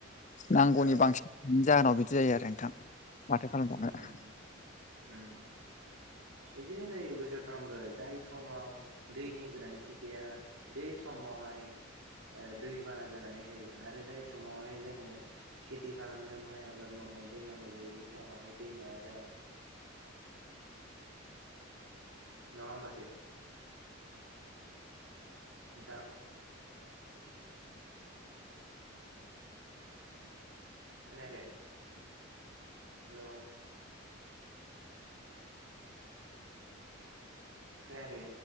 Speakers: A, on the left (about 35°); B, on the right (about 85°).
A: नांगौनि
B: औ
A: बांसिन नि जाहोनाव बिदि जायो आरो नोंथां माथो खालामबावनो
B: उम
A: आरो।
B: उम बिदिनो जायो बोसोरफ्रामबो जाय समाव दैनि गोनांथि गैया बे समावहाय ओ दैबाना जानानै होयो आरो जाय समावहाय जोंनो खेथि खालामनो माइ आबाद मावनो दै नांगौ जायो बे टाइमावहाय दै मोना जायो। नङा होमबासै नोंथां खोनायाखै हेल' खोनायाखै